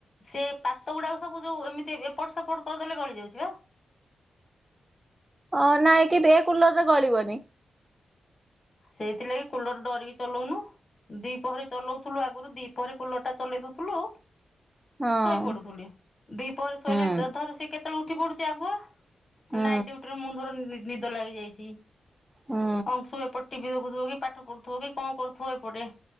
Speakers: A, on the left; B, on the right.
A: ସେ ପାତ ଗୁଡାକ ସବୁ ଯୋଉ ଏମିତି ଏପଟ ସେପଟ କରିଦେଲେ ଗଳି ଯାଉଛି ବା
B: ଅଁ ନାଇଁ କି ଏ କୁଲରରେ ଗଳିବନି
A: ସେଇଥିଲାଗି କୁଲର ଡରିକି ଚଲଉନୁ ଦ୍ୱିପହରେ ଚଲଉଥିଲୁ ଆଗରୁ ଦ୍ୱିପହରେ କୁଲର ଟା ଚଲେଇ ଦଉଥିଲୁ ଆଉ
B: ହଁ।
A: ଶୋଇପଡୁଥିଲୁ ଟିକେ ଦ୍ବିପହରରେ ଶୋଇଲେ
B: ହୁଁ
A: ଧର ସେ କେତେ କେତେବେଳେ ଉଠି ପଡୁଛି ଆଗୁଆ
B: ହୁଁ
A: ନାଇଟ ଡ୍ୟୁଟି ରେ ମୁଁ ଧର ନିଦ ଲାଗି ଯାଇଛି
B: ହୁଁ
A: ଅଂଶୁ ଏପଟ ଦେଖୁଥିବ କି ପାଠ ପଢୁଥିବ କି କଣ କରୁଥିବ ଏପଟେ